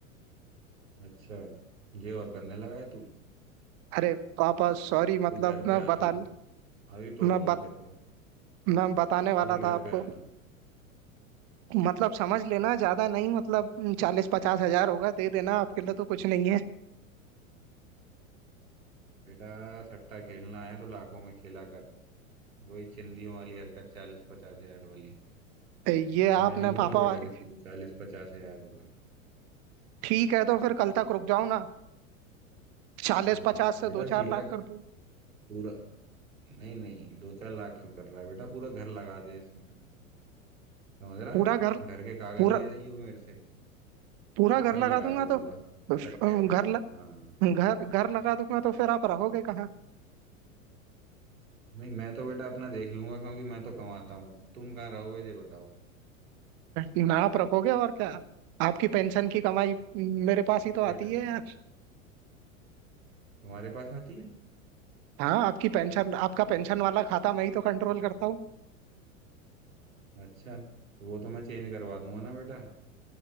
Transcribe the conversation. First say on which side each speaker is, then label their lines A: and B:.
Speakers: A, on the right; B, on the right.
A: अच्छा ये और करने लगा है तू
B: अरे पापा सॉरी
A: अभी
B: मतलब
A: घर
B: मैं
A: पे आ
B: बता
A: तू अभी तोड़ूंगा
B: मैं बत,
A: तेरे को
B: मैं बताने वाला
A: अभी घर
B: था आपको
A: पे आ तू
B: मतलब समझ लेना ज्यादा नहीं मतलब चालीस पचास हजार होगा दे देना आपके लिए तो कुछ नहीं है
A: बेटा सट्टा खेलना है तो लाखों में खेला कर वही चिंदियों वाली हरकत चालीस पचास हजार वाली
B: तो ये आपने
A: मैं नहीं दूंगा
B: पापा
A: बेटा
B: वाली
A: किसी को चालीस पचास हजार रुपए
B: ठीक है तो फिर कल तक रुक जाओ ना चालीस
A: हाँ
B: पचास से
A: बेटा
B: दो चार
A: सीधा
B: लाख कर दूंगा
A: पूरा नहीं नहीं दो चार लाख क्यों कर रहा है बेटा पूरा घर लगा दे इसमें समझ रहा
B: पूरा
A: है
B: घर
A: घर के कागज
B: पूरा
A: ले जाइए मेरे से
B: पूरा
A: और
B: घर
A: घर लगा
B: लगा दूंगा
A: दे
B: तो
A: पूरा
B: अम,
A: सट्टे पे
B: घर ल,
A: हाँ
B: घर घर लगा दूंगा तो फिर आप रहोगे कहाँ
A: नहीं मैं तो बेटा अपना देख लूंगा क्योंकि मैं तो कमाता हूँ तुम कहाँ रहोगे ये बताओ
B: ना आप रखोगे और क्या आपकी पेंशन की कमाई मेरे पास
A: ना
B: ही तो आती
A: बेटा
B: है
A: ना
B: यार
A: तुम्हारे पास आती है
B: हाँ आपकी पेंशन आपका पेंशन वाला खाता मैं ही तो कंट्रोल करता
A: अच्छा तो वो तो मैं चेंज करवा दूंगा ना बेटा